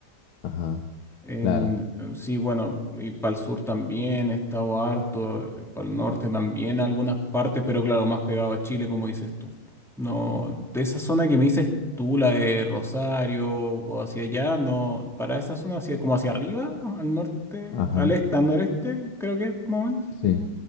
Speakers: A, on the left; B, in the centre.
A: Ajá,
B: En,
A: claro.
B: eh, sí, bueno, y para el sur también he estado harto, para el norte también algunas partes, pero claro, más pegado a Chile, como dices tú. No, de esa zona que me dices tú, la de Rosario o hacia allá, no, para esa zona hacia, como hacia arriba, al norte,
A: Ajá,
B: al este, al noreste, creo que es más o menos.
A: sí.
B: sí.